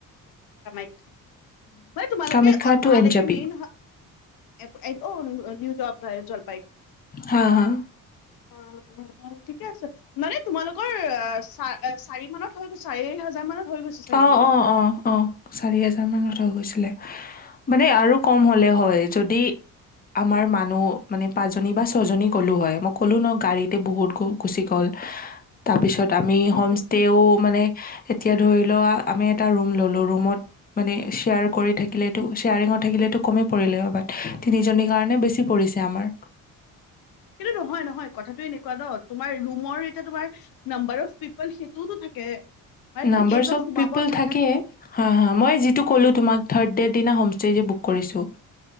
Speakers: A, on the left; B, on the left.
A: কামখ্ মানে তোমালোকে,
B: কামাখ্যা
A: অ
B: টু
A: তালৈকে
B: এন জে পি
A: মেইন হ এপ এপ অ' নিও জল, জল
B: হা হা
A: অ', ঠিকে আছে। মানে তোমালোকৰ, অ' চ-চাৰি মানত হৈ গ' চাৰি হাজাৰ মানত হৈ গৈছে চাগে
B: অ'-অ'-অ', অ',। চাৰি হাজাৰ মানত হৈ গৈছিলে। মানে আৰু কম হলে হয়, যদি আমাৰ মানুহ মানে পাঁচ জনী বা ছয় জনী গলো হয়। মই ক'লো ন গাড়ীতে বহুত গুচি গ'ল তাৰপিছত আমি
A: ন
B: হোম ষ্টেও মানে এতিয়া ধৰি লোৱা, আমি এটা ৰুম ললোঁ, ৰুমত মানে, শ্বেয়াৰ কৰি থাকিলো শ্বেয়াৰঙত থাকিলেতো কমেই পৰিলে বাট তিনিজনীৰ কাৰণে বেছি পৰিছে আমাৰ।
A: সেইটো নহয়, নহয়, কথাটো এনেকুৱা ন, তোমাৰ ৰুমৰ এতিয়া তোমাৰ নাম্বাৰ অফ পিপল সেইটোওতো থাকে। মানে তুমি
B: নাম্বাৰ
A: কেইজন
B: অ'ফ
A: সোমাব
B: পিপল
A: থা-
B: থাকে,
A: থাকি
B: হা'-হা', মই যিটো ক'লো
A: উম
B: তোমাক ৰ্থাদ দিনা হোম ষ্টে যে বুক কৰিছো।